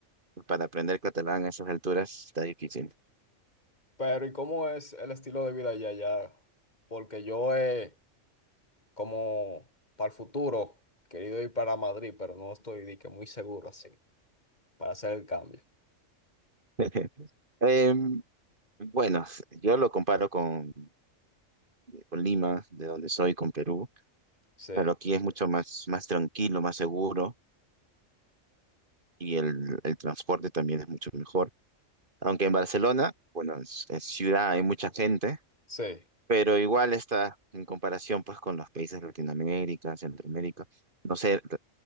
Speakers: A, on the right; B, on the left.
A: para aprender catalán a esas alturas está difícil.
B: Pero ¿y cómo es el estilo de vida allá, allá? Porque yo he, como para el futuro, querido ir para Madrid, pero no estoy de que muy seguro así, para hacer el cambio.
A: <laughs> Em, Bueno, yo lo comparo con, con Lima, de donde soy, con Perú,
B: Sí,
A: pero aquí es mucho más, más tranquilo, más seguro y el, el transporte también es mucho mejor. Aunque en Barcelona, bueno, es, es ciudad, hay mucha gente,
B: sí.
A: pero igual está en comparación pues con los países de Latinoamérica, Centroamérica. No sé